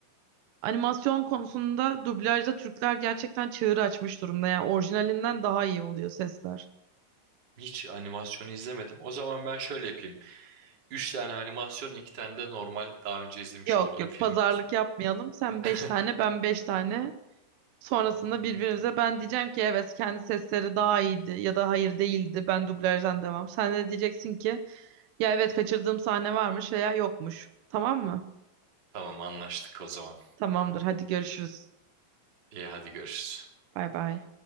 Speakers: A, on the right (about 80°); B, on the right (about 35°).
A: Animasyon konusunda dublajda Türkler gerçekten çığır açmış durumda. Yani orijinalinden daha iyi oluyor sesler.
B: Hiç animasyonu izlemedim. O zaman ben şöyle yapayım. Üç tane animasyon, iki tane de normal daha önce izlemiş
A: Yok
B: olduğum
A: yok
B: filmi
A: pazarlık
B: izleyeyim.
A: yapmayalım. Sen
B: <laughs>
A: beş tane ben beş tane. Sonrasında birbirimize ben diyeceğim ki evet kendi sesleri daha iyiydi ya da hayır değildi ben dublajdan devam. Sen de diyeceksin ki ya evet kaçırdığım sahne varmış veya yokmuş. Tamam mı?
B: Tamam anlaştık o zaman.
A: Tamamdır hadi görüşürüz.
B: İyi hadi görüşürüz.
A: Bay bay.